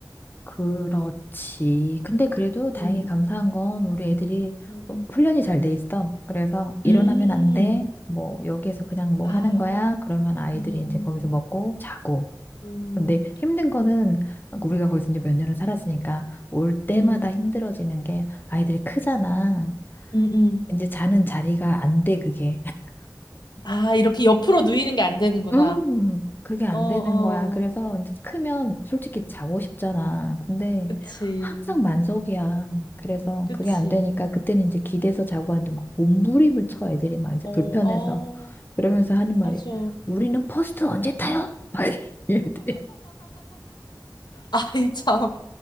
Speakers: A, on the left; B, on the left.
A: 그렇지. 근데 그래도 다행히
B: 음,
A: 감사한 건 우리 애들이
B: 음,
A: 어,
B: 음,
A: 훈련이 잘 돼 있어. 그래서 일어나면
B: 음.
A: 안 돼. 뭐 여기에서 그냥 뭐
B: 아,
A: 하는
B: 음,
A: 거야. 그러면 아이들이
B: 음,
A: 이제 거기서 먹고 자고.
B: 음,
A: 근데 힘든 거는 우리가 거기서 이제 몇 년을 살았으니까 올 때마다
B: 음,
A: 힘들어지는 게 아이들이 크잖아.
B: 음, 음.
A: 이제 자는 자리가 안 돼, 그게. <laughs>
B: 아, 이렇게 옆으로 누이는 게 안 되는구나.
A: 음, 그게 안
B: 어, 어,
A: 되는 거야. 그래서 이제 크면 솔직히 자고 싶잖아. 근데
B: 그치,
A: 항상 만석이야. 그래서
B: 그치.
A: 그게 안 되니까 그때는 이제 기대서 자고 하는데 막 몸부림을 쳐 애들이 막 이제
B: 어,
A: 불편해서.
B: 어,
A: 그러면서 하는 말이
B: 맞아.
A: 우리는 퍼스트 언제 타요? <laughs> 막 이래, 얘들이
B: <laughs> 아이, 참.